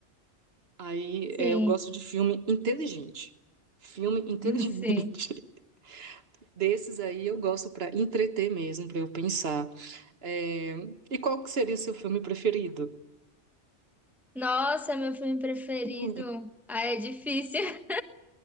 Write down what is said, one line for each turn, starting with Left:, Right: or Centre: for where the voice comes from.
Right: Aí,
Centre: sim,
Right: é, eu gosto de filme inteligente. Filme inteligente.
Centre: sim.
Right: <laughs> Desses aí eu gosto para entreter mesmo, para eu pensar. É, E qual que seria seu filme preferido?
Centre: Nossa, meu filme preferido.
Right: <laughs>
Centre: Ah, é difícil. <laughs>